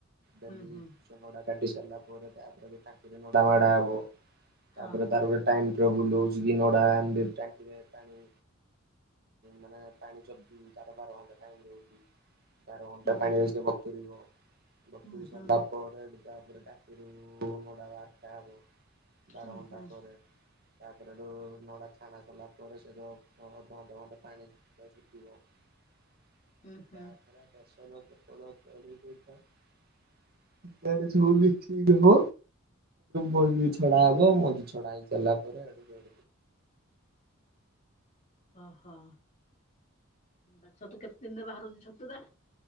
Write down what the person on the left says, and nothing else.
ହୁଁ ହୁଁ
ହଁ
ହୁଁ
ହୁଁ
ହୁଁ
ହୁଁ ହୁଁ
ହୁଁ ହୁଁ।
ଓ
ଓହୋ ବା ଛତୁ କେତେ ଦିନରେ ବାହାରୁଚି ଛତୁରା?